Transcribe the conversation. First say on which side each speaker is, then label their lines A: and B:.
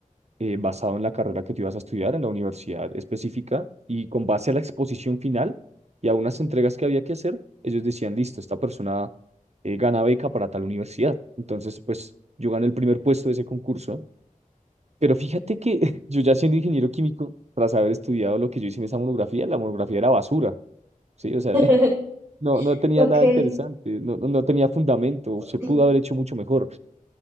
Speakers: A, on the right; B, on the right.
A: eh, basado en la carrera que tú ibas a estudiar en la universidad específica y con base a la exposición final y a unas entregas que había que hacer, ellos decían, listo, esta persona eh, gana beca para tal universidad. Entonces, pues yo gané el primer puesto de ese concurso, pero fíjate que <laughs> yo ya siendo ingeniero químico, tras haber estudiado lo que yo hice en esa monografía, la monografía era basura, ¿sí? O sea,
B: <laughs>
A: <laughs> no, no tenía
B: ok,
A: nada interesante, no, no no tenía fundamento,
B: <clears throat>
A: se pudo haber hecho mucho mejor.